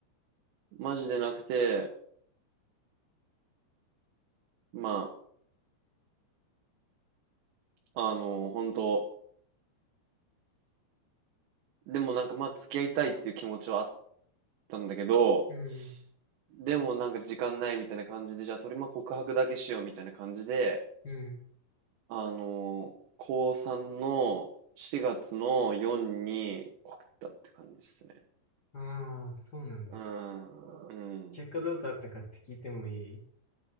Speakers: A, on the right; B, on the left.
A: マジでなくて、まあ、あの、本当でもなんかまあ、付き合いたいっていう気持ちはあったんだけど、
B: うん、
A: でもなんか時間ないみたいな感じで、じゃあそれまあ告白だけしようみたいな感じで、
B: うん。
A: あの、高3の4月の4に告ったって感じですね。
B: ああ、そうなんだ。
A: うん、うん。
B: 結果どうだったかって聞いてもいい